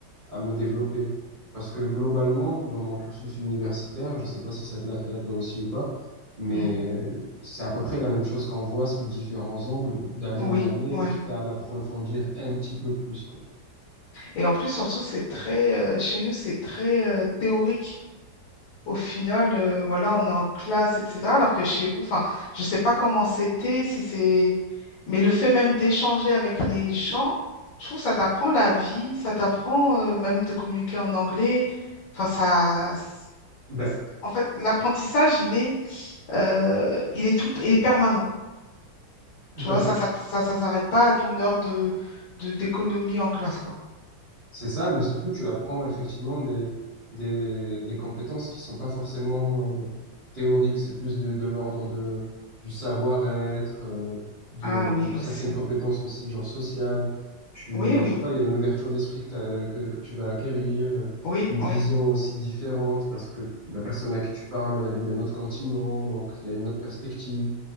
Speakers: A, on the right; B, on the left.
A: à me développer. Parce que globalement, dans mon cursus universitaire, je sais pas si ça te l'a fait à toi aussi ou pas, mais
B: mm,
A: c'est à peu près la même chose qu'on voit sous différents angles d'année
B: oui,
A: en année,
B: oui.
A: quitte à l'approfondir un petit peu plus, quoi.
B: Et en plus, surtout, c'est très, euh, chez nous, c'est très euh, théorique. Au final, euh, voilà, on est en classe, etc. Alors que chez vous, enfin, je sais pas comment c'était, si c'est, mais le fait même d'échanger avec les gens, je trouve que ça t'apprend la vie, ça t'apprend euh, même de communiquer en anglais. Enfin, ça, c-
A: Ben,
B: en fait, l'apprentissage, il est euh, il est tout, le t- il est permanent.
A: tout
B: Tu vois,
A: à fait.
B: ça, ça, ça, ça s'arrête pas à ton heure de, de, d'économie en classe, quoi.
A: C'est ça, mais surtout tu apprends effectivement des, des, des compétences qui sont pas forcément euh, théoriques, c'est plus de, de l'ordre de du savoir-être, euh, de
B: Ah oui,
A: certaines
B: aussi.
A: compétences aussi genre sociales. Tu,
B: Oui, oui,
A: je sais pas, il y a une ouverture d'esprit que, t'as- que que tu vas acquérir, euh,
B: oui,
A: une vision
B: oui,
A: aussi différente parce que la personne à qui tu parles, elle est d'un autre continent, donc il y a une autre perspective.